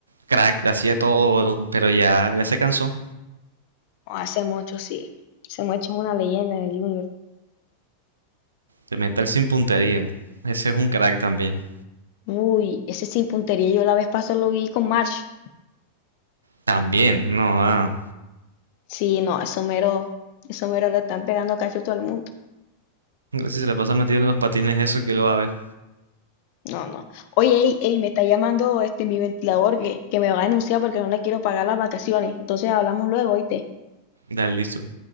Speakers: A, on the right; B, on the left.
A: Crack, hacía todo, pero ya, ya se cansó
B: o ese Mocho sí, ese Mocho es una leyenda en el Junior.
A: de meter sin puntería. Ese es un crack también.
B: Uy, ese sin puntería yo la vez pasada lo vi con March.
A: También, no, ah.
B: Sí, no, eso mero, eso mero le están pegando cacho a todo el mundo.
A: Si se le pasa metido en los patines eso, que lo va a ver?
B: No, no. Oye, ey, ey, me está llamando este mi ventilador que, que me va a denunciar porque no le quiero pagar las vacaciones. Entonces hablamos luego, ¿oíste?
A: Da listo.